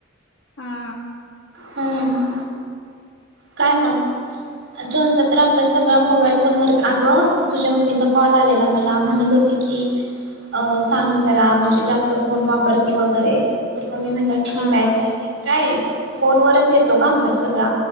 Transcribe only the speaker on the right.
हम्म काय मग <unintelligible> तर आपल्या सगळ्या मोबाईल फोनवरच आगं तुझ्या मम्मीचा कॉल आलेला मला म्हणत होती की अं सांग जरा म्हणजे जास्त फोन वापरती वगैरे तर मग मी म्हटलं ठीक
आहे
सांगेन काय हे? फोन वरच येतो का अभ्यास सगळां?